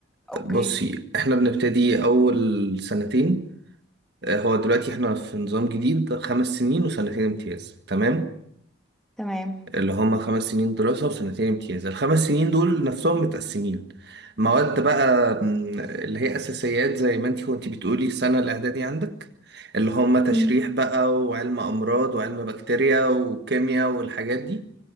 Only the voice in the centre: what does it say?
اوكي
تمام
مم.